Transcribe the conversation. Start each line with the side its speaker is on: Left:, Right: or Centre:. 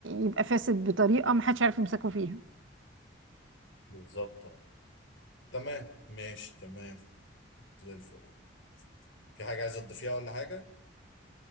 Right: يبقى فاسد بطريقة ما حدش عارف يمسكه فيها
Left: بالظبط تمام ماشي تمام زي الفل في حاجة عايز تضيفيها ولا حاجة